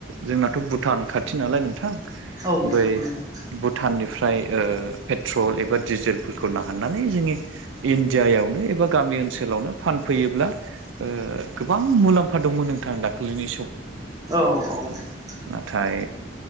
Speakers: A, on the right (about 80°); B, on the right (about 20°).
A: जोंनाथ' भुटान खाथि नालाय नोंथां
B: औ
A: बै
B: नंगौ नोंथां
A: भुटान निफ्राय ओ पेट्रल एबा डिजेलफोरखौ नाहाननानै जोंनि इण्डियायावनो एबा गामि ओनसोलावनो फानफैयोब्ला ओ गोबां मुलाम्फा दंमोन नोंथां दाख्लैनि
B: औ औ
A: <unintelligible> नाथाय